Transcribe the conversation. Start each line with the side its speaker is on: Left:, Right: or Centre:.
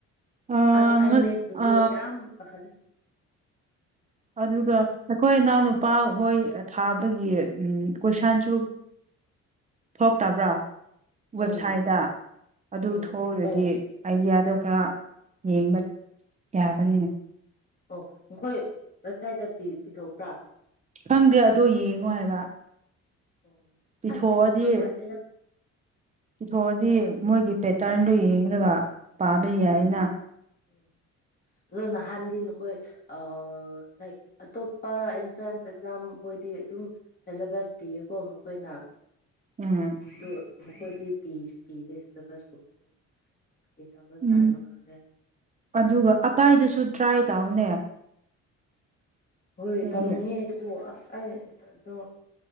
Right: ꯑ
Left: ꯑꯁ ꯑꯩ ꯃꯦꯠꯄꯨꯁꯨ
Right: ꯑ
Left: ꯌꯥꯝ ꯄꯥꯈꯠꯂꯤ
Right: ꯑꯗꯨꯒꯒ ꯅꯈꯣꯏ ꯅꯥꯟꯨ ꯂꯨꯄꯥ ꯍꯣꯏ ꯊꯥꯕꯒꯤ ꯎꯝ ꯀꯣꯏꯁꯟꯁꯨ ꯊꯣꯛꯇꯕ꯭ꯔꯥ ꯋꯦꯕꯁꯥꯏꯠꯇ
Left: ꯎꯝ
Right: ꯑꯗꯨ
Left: ꯎꯝ
Right: ꯊꯣꯛꯈ꯭ꯔꯗꯤ
Left: ꯑꯣ
Right: ꯑꯥꯏꯗꯤꯌꯥꯗ ꯈꯔ ꯌꯦꯡꯕ ꯌꯥꯒꯅꯤꯅ
Left: ꯑꯣ ꯃꯈꯣꯏ ꯋꯦꯁꯥꯏꯠꯇ ꯄꯤꯊꯣꯛꯄ꯭ꯔꯥ
Right: ꯈꯪꯗꯦ ꯑꯗꯣ ꯌꯦꯡꯉꯣ ꯍꯥꯏꯕ
Left: ꯑꯣ
Right: ꯄꯤꯊꯣꯛꯑꯗꯤ
Left: ꯑꯁ ꯄꯤꯊꯣꯛꯄ ꯃꯥꯥꯟꯦꯅ
Right: ꯄꯤꯊꯣꯛꯑꯗꯤ ꯃꯣꯏꯒꯤ ꯄꯦꯇꯔꯟꯗꯣ ꯌꯦꯡꯂꯒ ꯄꯥꯕ ꯌꯥꯏꯅ
Left: ꯎꯝ ꯎꯝ ꯑꯗꯨ ꯅꯍꯥꯟꯗꯤ ꯅ ꯑꯩꯈꯣꯏ ꯑ ꯂꯥꯏ ꯑꯇꯣꯞꯄ ꯑꯦꯟꯇ꯭ꯔꯦꯟꯁ ꯑꯦꯛꯖꯥꯝ ꯗꯤ ꯑꯗꯨꯝ ꯁꯦꯂꯦꯕꯁ ꯄꯤꯌꯦꯀꯣ ꯃꯈꯣꯏꯅ
Right: ꯎꯝ
Left: ꯑꯗꯨ ꯃꯈꯣꯏꯗꯤ ꯄꯤꯗꯦ ꯁꯤꯂꯦꯕꯁꯀꯨꯝꯕꯁꯨ ꯇꯧꯔ ꯁꯥꯔꯤꯅꯣ
Right: ꯎꯝ
Left: ꯈꯪꯗꯦ
Right: ꯑꯗꯨꯒ ꯑꯗꯥꯏꯗꯁꯨ ꯇ꯭ꯔꯥꯏ ꯇꯥꯎꯅꯦ
Left: ꯍꯣꯏ
Right: ꯍꯥꯏꯗꯤ
Left: ꯇꯧꯅꯤꯡꯉꯦ ꯑꯗꯨꯕꯨ ꯑꯁ ꯑꯩꯗꯣ